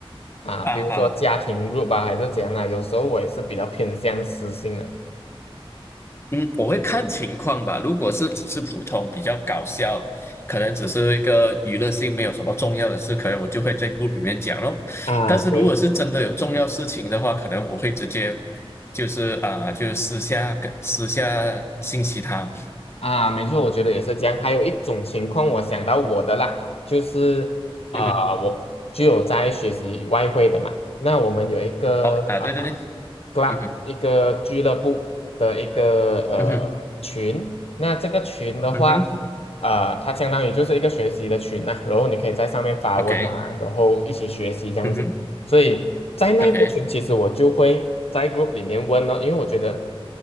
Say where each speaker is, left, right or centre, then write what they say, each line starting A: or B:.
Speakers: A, on the left; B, on the left.
A: 啊，
B: 啊，
A: 比如说家庭 group 啊，还是怎样啊，有时候我也是比较偏向私信的。
B: 嗯，我会看情况吧。如果是只是普通比较搞笑，可能只是一个娱乐性，没有什么重要的事，可能我就会在 group 里面讲咯。
A: 啊，
B: 但是如果是真的有重要事情的话，
A: 对。
B: 可能我会直接就是啊，就私下跟私下信息他。
A: 啊，没错，我觉得也是这样。还有一种情况，我想到我的啦，就是啊、
B: 嗯哼
A: 呃我就有在学习外汇的嘛。那我们有一个啊、
B: ，OK 啊，对对对，
A: 呃 club，
B: 嗯哼，
A: 一个俱乐部的一个呃群。
B: 嗯哼，
A: 那这个群的话，
B: 嗯哼
A: 呃，它相当于就是一个学习的群呐、然后你可以在上面发问啊，
B: ，OK，
A: 然后一起学习这样子。
B: 嗯哼
A: 所以在那个群，
B: ，OK，
A: 其实我就会在 group 里面问了，因为我觉得，